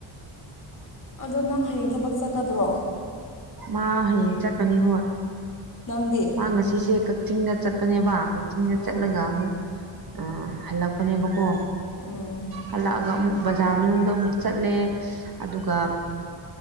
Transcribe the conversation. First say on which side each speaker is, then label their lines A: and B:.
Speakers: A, on the left; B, on the right.
A: ꯑꯗꯣ ꯅꯪ ꯍꯌꯦꯡ ꯊꯕꯛ ꯆꯠꯀꯗ꯭ꯔꯣ?
B: ꯃꯥ ꯍꯌꯦꯡ ꯆꯠꯀꯅꯤ ꯍꯣꯏ꯫
A: ꯅꯪꯗꯤ
B: ꯃꯥ ꯉꯁꯤꯁꯦ ꯀꯛꯆꯤꯡꯗ ꯆꯠꯄꯅꯦꯕ ꯀꯛꯆꯤꯡꯗ ꯆꯠꯂꯒ
A: ꯎꯝ
B: ꯑꯃꯨꯛ ꯑ ꯍꯜꯂꯛꯄꯅꯦꯕ ꯀꯣ꯫
A: ꯎꯝ
B: ꯍꯜꯂꯛꯑꯒ ꯑꯃꯨꯛ ꯕꯖꯥꯔ ꯃꯅꯨꯡꯗ ꯑꯃꯨꯛ ꯆꯠꯂꯦ ꯑꯗꯨꯒ,